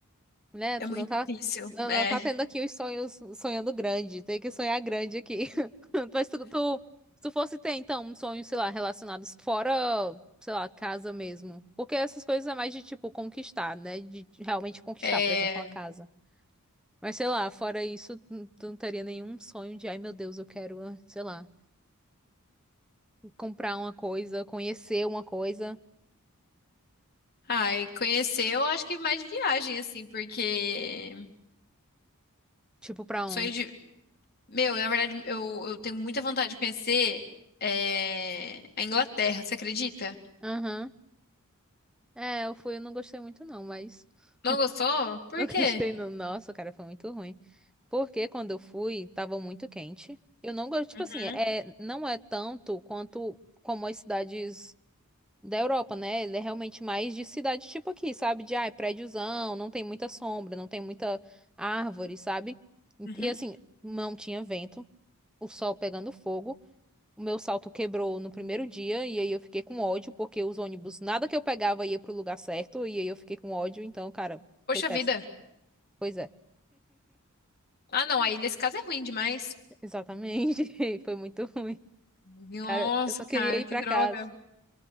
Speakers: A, in the centre; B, on the left (about 45°).
A: Né?
B: É
A: Tu
B: muito
A: não tá,
B: difícil.
A: não,
B: É.
A: não tá tendo aqui os sonhos sonhando grande. Tem que sonhar grande aqui. <laughs> Mas tu, tu, se tu fosse ter, então, um sonho, sei lá, relacionados fora, sei lá, casa mesmo. Porque essas coisas é mais de, tipo, conquistar, né? De realmente conquistar,
B: É.
A: por exemplo, uma casa. Mas, sei lá, fora isso, tu tu não teria nenhum sonho de, ai, meu Deus, eu quero, ah, sei lá, comprar uma coisa, conhecer uma coisa.
B: Ah, e conhecer eu acho que mais de viagem, assim, porque
A: Tipo, pra
B: sonho
A: onde?
B: de. Meu, na verdade, eu, eu tenho muita vontade de conhecer é, a Inglaterra, você acredita?
A: Aham. É, eu fui, eu não gostei muito, não, mas
B: Não gostou?
A: <laughs>
B: Por
A: Não gostei,
B: quê?
A: não. Nossa, cara, foi muito ruim. Porque quando eu fui, tava muito quente. Eu não gosto, tipo
B: Uhum,
A: assim, é, não é tanto quanto como as cidades da Europa, né? Ele é realmente mais de cidade tipo aqui, sabe? De, ai, prédiozão, não tem muita sombra, não tem muita árvore, sabe?
B: uhum.
A: E assim, não tinha vento, o sol pegando fogo. O meu salto quebrou no primeiro dia, e aí eu fiquei com ódio, porque os ônibus, nada que eu pegava ia pro lugar certo, e aí eu fiquei com ódio, então, cara,
B: Poxa
A: foi péssimo.
B: vida.
A: Pois é.
B: Ah, não, aí nesse caso é ruim demais.
A: Exatamente. <laughs> Foi muito ruim.
B: Nossa,
A: Cara, eu só queria
B: cara,
A: ir
B: que
A: pra
B: droga.
A: casa.